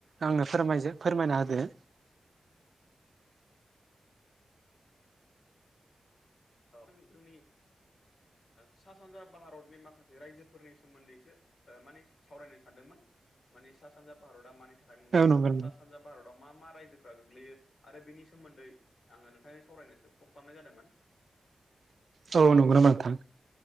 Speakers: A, on the right; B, on the left.
A: आंनो फोरमायजो फोरमायना होदो।
B: औ जोंनि सा सानजा भारतनि माखासे रायजोफोरनि सोमोन्दैसो माने सावरायनो सानदोंमोन। माने सा सानजा भारतआ मानि थाखाय मुंदांखा
A: औ नंगौ
B: बा सा सानजा भारताव मा मा रायजोफ्रा गोग्लैयो आरो बेनि सोमोन्दै आङो नोंथांजों सावरायनोसो कल खालामनाय जादोंमोन।
A: औ नंगौ नामा नोंथां?